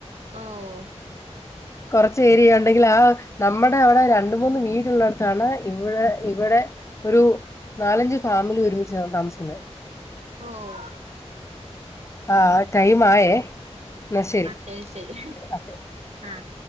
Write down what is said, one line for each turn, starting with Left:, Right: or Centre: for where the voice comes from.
Right: ഓഹ്
Left: കൊറച്ച് ഏരിയ ഉണ്ടെങ്കിൽ ആ നമ്മുടെ അവിടെ രണ്ട് മൂന്ന് വീടുള്ളടത്താണ് ഇവിടെ ഇവിടെ ഒരു നാലഞ്ച് ഫാമിലി ഒരുമിച്ചാ താമസിക്കുന്നെ
Right: ഓഹ്
Left: ആഹ് ടൈം ആയെ എന്നാ ശരി
Right: അഹ് ശരി
Left: ഓക്കെ
Right: ആഹ്